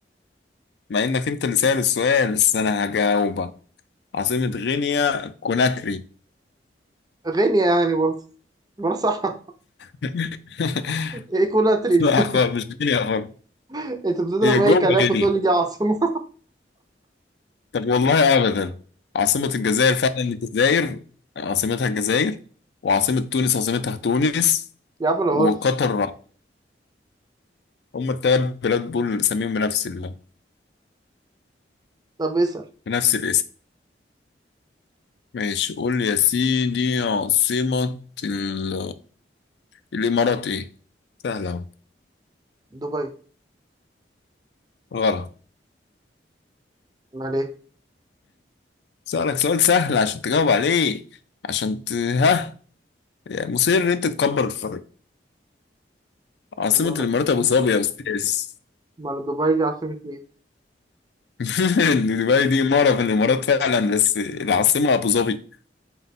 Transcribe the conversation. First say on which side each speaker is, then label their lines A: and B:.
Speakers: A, on the left (about 65°); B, on the right (about 20°).
A: مع انك انت اللي سأل السؤال بس انا هجاوبك عاصمة غينيا كوناكري
B: غينيا يعني برضه ما انا صح <laughs>
A: <laughs>
B: ايه كولاتري دي
A: لا خالص مش غينيا خالص
B: <laughs> انت بتضرب
A: هي
B: اي
A: جوه
B: كلام
A: غينيا
B: وتقول لي دي عاصمة
A: طب والله ابدا عاصمة الجزائر فعلا الجزائر عاصمتها الجزائر وعاصمة تونس عاصمتها تونس
B: <laughs> يا عم انا بهزر
A: وقطر هم الثلاث بلاد دول اللي سميهم بنفس ال...
B: طب اسأل
A: بنفس الاسم ماشي قول لي يا سيدي عاصمة ال... الامارات ايه سهلة أهو.
B: دبي
A: غلط
B: امال ايه
A: سألك سؤال سهل عشان تجاوب عليه عشان ت... ها يعني مصر ان انت تكبر الفرق عاصمة
B: امال إيه؟
A: الامارات ابو ظبي يا استاذ
B: أمال دبي دي عاصمة مين
A: <laughs> دبي دي إمارة في الإمارات فعلا بس العاصمة أبو ظبي